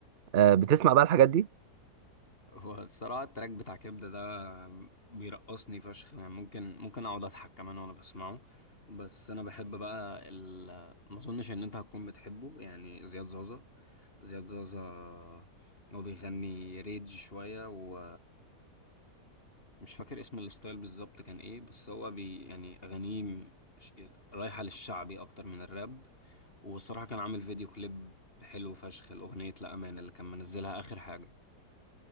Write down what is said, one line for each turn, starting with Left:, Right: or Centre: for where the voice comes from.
Right: آه، بتسمع بقى الحاجات دي؟
Left: هو الصراحة التراك بتاع كبدة ده بيرقصني فشخ يعني ممكن ممكن أقعد أضحك كمان وأنا بسمعه بس أنا بحب بقى ال... ما أظنش إن أنت هتكون بتحبه يعني زياد زازا زياد زازا هو بيغني ريج شوية و مش فاكر اسم الستايل بالظبط كان ايه بس هو بي يعني اغانيه م- ش- رايحة للشعبي اكتر من الراب والصراحة كان عامل فيديو كليب حلو فشخ الاغنية لا امان اللي كان منزلها اخر حاجة